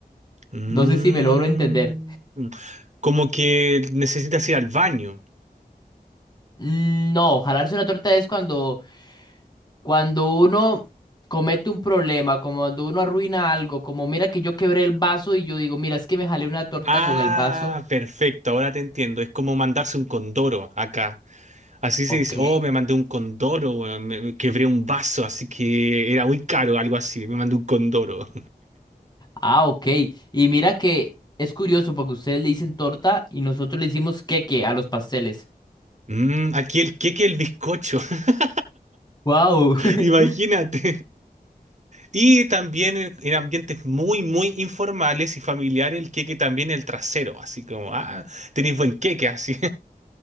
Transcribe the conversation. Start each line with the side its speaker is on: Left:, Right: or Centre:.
Right: Mm.
Left: No sé si me logro entender.
Right: Como que necesitas ir al baño.
Left: Mm, No, jalarse una torta es cuando, cuando uno comete un problema, como cuando uno arruina algo, como, mira, que yo quebré el vaso y yo digo, mira, es que me jalé una torta
Right: Ah,
Left: con el vaso.
Right: perfecto, ahora te entiendo. Es como mandarse un condoro acá. Así
Left: Ok.
Right: se dice, oh, me mandé un condoro, weón, me- me quebré un vaso, así que era muy caro, algo así. Me mandé un condoro.
Left: Ah, ok. Y mira que es curioso porque ustedes le dicen torta y nosotros le decimos queque a los pasteles.
Right: Mm, aquí el queque, el bizcocho, <laughs>
Left: Wow. <laughs>
Right: imagínate. Y también en, en ambientes muy, muy informales y familiares, el queque también el trasero, así como, ah, tenéis buen queque, así.